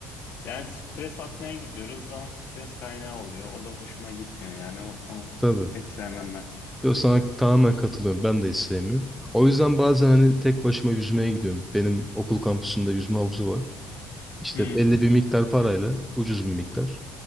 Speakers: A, on the left; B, in the centre.
A: Yani stres atmaya gidiyoruz ama stres kaynağı oluyor. O da hoşuma gitmiyor yani. O, onu
B: <laughs> Tabii.
A: pek sevmem ben.
B: Yo, sana tamamen katılıyorum. Ben de hiç sevmiyorum. O yüzden bazen hani tek başıma yüzmeye gidiyorum. Benim okul kampüsünde yüzme havuzu var. İşte
A: Hmm,
B: belli bir miktar parayla, ucuz bir miktar.